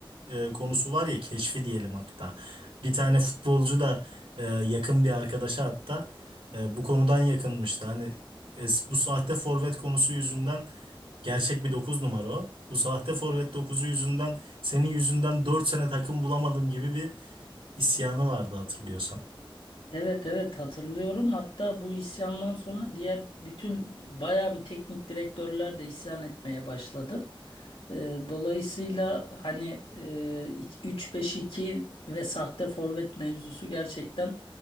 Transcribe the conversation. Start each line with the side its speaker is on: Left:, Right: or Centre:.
Right: e, konusu var ya keşfi diyelim hatta. Bir tane futbolcu da e, yakın bir arkadaşa hatta e, bu konudan yakınmıştı. Hani e, bu sahte forvet konusu yüzünden gerçek bir 9 numara o. Bu sahte forvet dokuzu yüzünden senin yüzünden 4 sene takım bulamadım gibi bir isyanı vardı hatırlıyorsan.
Left: Evet evet hatırlıyorum. Hatta bu isyandan sonra diğer bütün bayağı bir teknik direktörler de isyan etmeye başladı. Ee, dolayısıyla hani e, iki- 3 5 ve sahte forvet mevzusu gerçekten